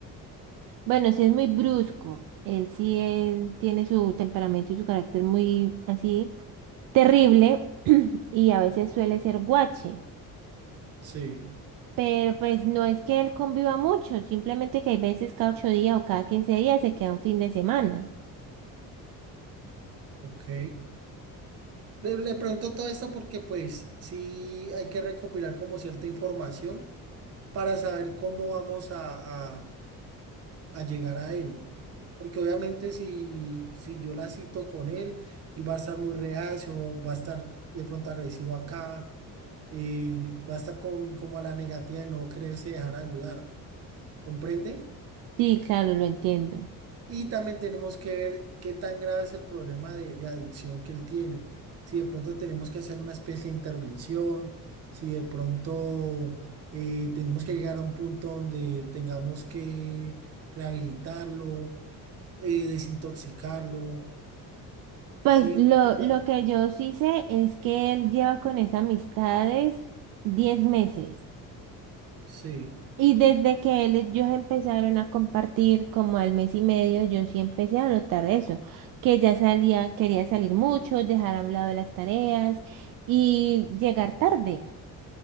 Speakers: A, on the right; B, on the right.
A: Bueno, sí es muy brusco. Él sí él tiene su temperamento y su carácter muy así terrible <clears throat> y a veces suele ser guache.
B: Sí,
A: Pero pues no es que él conviva mucho, simplemente que hay veces cada ocho días o cada quince días se queda un fin de semana.
B: ok. Le, le pregunto todo esto porque pues sí hay que recopilar como cierta información para saber cómo vamos a, a, a llegar a él. Porque obviamente si, si yo la cito con él, él va a estar muy reacio, va a estar de pronto agresivo acá, eh, va a estar con, como a la negativa de no quererse dejar ayudar, ¿comprende?
A: Sí, claro, lo entiendo.
B: Y también tenemos que ver qué tan grave es el problema de, de adicción que él tiene. Si de pronto tenemos que hacer una especie de intervención, si de pronto eh, tenemos que llegar a un punto donde tengamos que rehabilitarlo, eh, desintoxicarlo.
A: Pues
B: Sí, ven
A: lo,
B: tú también.
A: lo que yo sí sé es que él lleva con esas amistades diez meses.
B: Sí,
A: Y desde que él, ellos empezaron a compartir como al mes y medio, yo sí empecé a notar eso, que ya salía, quería salir mucho, dejar a un lado las tareas y llegar tarde.